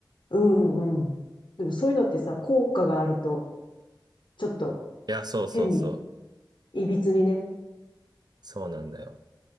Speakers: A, on the left (about 70°); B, on the right (about 60°).
A: う。うんうん。でもそういうのってさ、効果があると、ちょっと
B: いや、そうそうそう。
A: 変に、いびつにね。
B: そうなんだよ。